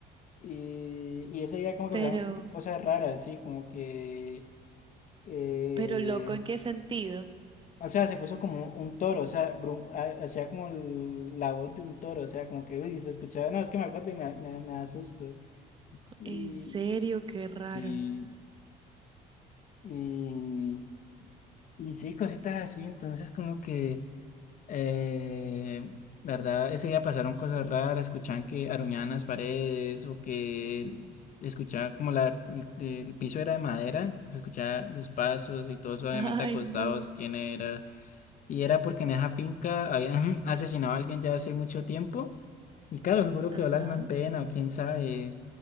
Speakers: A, on the left (about 50°); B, on the right (about 30°).
A: Y, y ese día como que
B: pero,
A: pasamos co- cosas raras, sí, como que... eh,
B: pero loco, ¿en qué sentido?
A: o sea, se puso como un toro, o sea, brum- ha- hacía como el- la voz de un toro, o sea, como que, uy, se escuchaba, no, es que me acuerdo y me, me, me asusto. Y
B: En serio, qué raro.
A: sí, y, y sí, cositas así, entonces como que... Eh, la verdad, ese día pasaron cosas raras, escuchaban que aruñaban las paredes o que escuchaba como la, el, el piso era de madera, se escuchaba los pasos y todos obviamente
B: <laughs> Ay,
A: acostados,
B: no.
A: quién era. Y era porque en esa finca habían <laughs> asesinado a alguien ya hace mucho tiempo. Y claro, seguro
B: Ajá.
A: quedó el alma en pena o quién sabe, y,